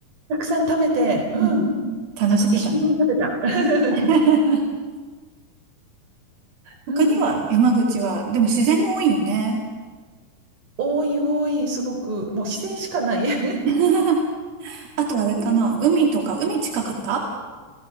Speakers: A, on the right; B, on the right.
A: たくさん食べて、うん。
B: うんうん楽しめたの。
A: あの、一生分食べた。<laughs>
B: <laughs> 他には、
A: うん。
B: 山口は、でも自然も多いよね。
A: 多い多い、すごく、もう自然しかない。<laughs>
B: <laughs> あとあれかな、
A: うん
B: 海とか、海近かった